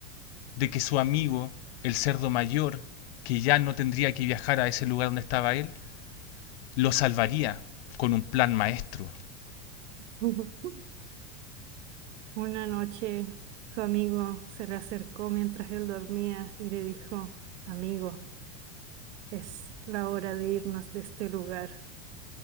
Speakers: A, on the left (about 55°); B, on the right (about 70°).
A: de que su amigo, el cerdo mayor, que ya no tendría que viajar a ese lugar donde estaba él, los salvaría con un plan maestro.
B: <laughs> Una noche su amigo se le acercó mientras él dormía y le dijo, amigo, es la hora de irnos de este lugar.